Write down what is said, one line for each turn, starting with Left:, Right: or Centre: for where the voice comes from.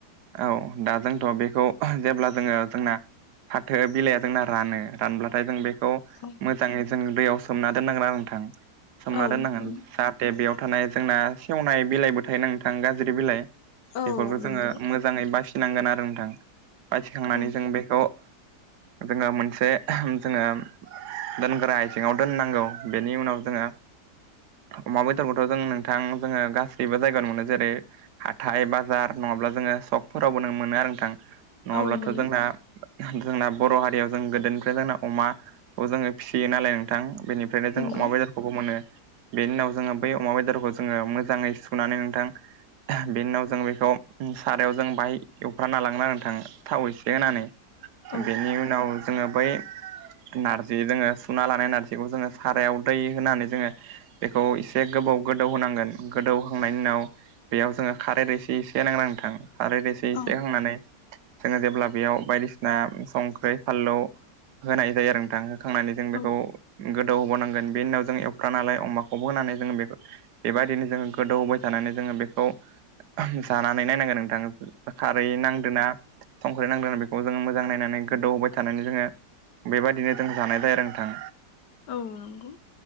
Right: औ दा जोंथ' बेखौ जेब्ला जोङो जोंना। फाथो बिलाइया जोंना रानो रानब्लाथाय जों बे बेखौ
Left: औ
Right: मोजाङै जों दैयाव सोमना दोननांगोन आरो नोंथां सोमना
Left: औ
Right: दोननांगोन
Left: नंगौ
Right: जा दे बेयाव थानाय जोंना सेवनाय बिलाइबो थायो ना नोंथां गाज्रि बिलाइ
Left: औ
Right: बेफोरखौ
Left: नंगौ
Right: जोङो मोजाङै बासिनांगोन आरो नोंथां। बाथिखांनानै
Left: औ
Right: जों बेखौ जोङो मोनसे जोङो दोनग्रा इसेङाव दोननांगौ बेनि उनाव जोङो अमा बेदरखौथ' जों नोंथां जोङो गासैबो जायगायावनो मोनो जेरै हाथाय बाजार नङाब्ला जोङो सकफोरावबो नों मोनो आरो नोंथां नङाब्लाथ'
Left: औ मोनो
Right: जोंना जोंना बर' हारियाव जों गोदोनिफ्राय जोंना अमाखौ जोङो फिसियो नालाय नोंथां बेनिफ्राय फ्रायनायजों
Left: नंगौ
Right: अमा बाय खौबो मोनो बेनि उनाव जोङो बै अमा बेदरखौ जोङो मोजाङै सुनानै नोंथां। बिनि उनाव जों बेखौ सारायाव जों बाहाय एवफ्राना लाङोन आरो नोंथां थाव एसे होनानै
Left: औ
Right: बेनि उनाव जोङो बै नार्जि जोङो सुना लानाय नारजिखौ जोङो सारायाव दै होनानै जोङो बेखौ एसे गोबाव गोदौ होनांगोन गोदौहांनायनि उनाव बेयाव जोङो खारै रसे एसे एसे नांदांथां आरोारैसे
Left: औ
Right: एसेखांनानै जोङो जेब्ला बेयाव बायदिसिना संख्रि फाललौ होनाय जायो आरो नोंथां होखांनानै जों
Left: औ
Right: बेखौ गोदौ होबावनांगोन बेनि उनाव जों एवग्रा नालाय अमाखौबो होनानै जोङो बे बेबायदिनो जोङो गोदौबाय थानानै जोङो बेखौ जानानै नायनांगोन नोंथाङा खारै नांदा संख्रै नांदोना बेखौ जोङो मोजां नायनानै गोदौ होबाय थानानै जोङो बेबादिनो जों जानाय जायो आरो नोंथां।
Left: औ नंगौ